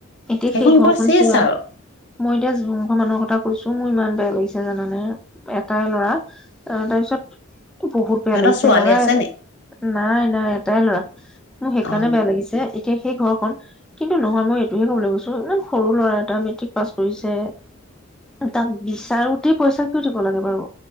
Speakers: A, in the centre; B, on the left.
A: এতিয়া
B: সেইখন
A: সেই ঘৰখন
B: ঘৰ চেচ
A: চোৱা
B: আৰু
A: মই এতিয়া যোনঘৰ মানুহ কথা কৈছো মোৰ ইমান বেয়া লাগিছে জানানে এটাই ল'ৰা তাৰপিছত বহুত বেয়া
B: সিহঁতৰ
A: লাগিছে
B: ছোৱালী
A: লৰাই
B: আছে নি
A: নাই -নাই <inaudible> মোৰ সেইকাৰণে
B: অ
A: বেয়া লাগিছে এতিয়া সেই ঘৰখন কিন্তু নহয় মই এ তাকে‌ কবলৈ গৈছো ইমান সৰু ল'ৰা এটা মেট্ৰিক পাছ কৰিছে তাক বিচাৰোতেই পইচা কিয় দিব লাগে বাৰু